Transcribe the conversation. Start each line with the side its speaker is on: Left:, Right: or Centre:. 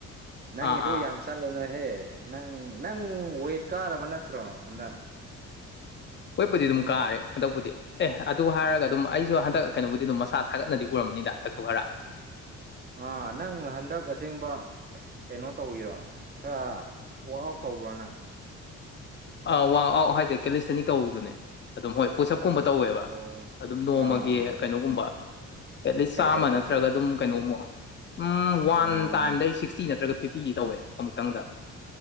Right: ꯅꯪꯗ
Left: ꯑꯥ ꯑꯥ
Right: ꯆꯠꯂꯣꯅꯍꯦ ꯅꯪ ꯅꯪ ꯋꯦꯠ ꯀꯥꯔꯕ ꯅꯠꯇ꯭ꯔꯣ ꯍꯟꯗꯛ
Left: ꯍꯣꯏꯄꯨꯗꯤ ꯑꯗꯨꯝ ꯀꯥꯔꯦ ꯍꯟꯗꯛꯄꯨꯗꯤ ꯑꯦ ꯑꯗꯨ ꯍꯥꯏꯔꯒ ꯑꯗꯨꯝ ꯑꯩꯁꯨ ꯍꯟꯗꯛ ꯀꯩꯅꯣꯕꯨꯗꯤ ꯑꯗꯨꯝ ꯃꯁꯥ ꯊꯥꯒꯠꯅꯗꯤ ꯎꯔꯝꯅꯤꯗ ꯍꯟꯗꯛꯇꯨ ꯈꯔ
Right: ꯑꯥ ꯅꯪ ꯍꯟꯗꯛ ꯑꯁꯦꯡꯕ ꯀꯩꯅꯣ ꯇꯧꯔꯣ ꯈꯔ ꯋꯥꯥꯛ ꯑꯥꯎꯠ ꯇꯧꯕ꯭ꯔꯣꯅ
Left: ꯑ ꯋꯔꯥꯛ ꯑꯥꯎꯠ ꯍꯥꯏꯁꯦ ꯀꯦꯂꯤꯁꯇꯅꯤꯛ ꯇꯧꯕꯗꯨꯅꯦ ꯑꯗꯨꯝ ꯍꯣꯏ ꯄꯨꯁꯑꯞꯀꯨꯝꯕ ꯇꯧꯋꯦꯕ
Right: ꯑꯣ
Left: ꯑꯗꯨꯝ ꯅꯣꯡꯃꯒꯤ
Right: ꯑꯥ
Left: ꯀꯩꯅꯣꯒꯨꯝꯕ ꯑꯦꯠꯂꯤꯁ
Right: ꯀꯌꯥ
Left: ꯆꯥꯝꯃ
Right: ꯀꯌꯥ ꯇꯧꯒꯦ
Left: ꯅꯠꯇ꯭ꯔꯒ ꯑꯗꯨꯝ ꯀꯩꯅꯣꯃꯨꯛ ꯎꯝ ꯋꯥꯟ
Right: ꯑꯥ
Left: ꯇꯥꯏꯝꯗꯩ ꯁꯤꯛꯁꯇꯤ ꯅꯠꯇ꯭ꯔꯒ ꯐꯤꯞꯇꯤꯗꯤ ꯇꯧꯋꯦ ꯑꯃꯨꯛꯇꯪꯗ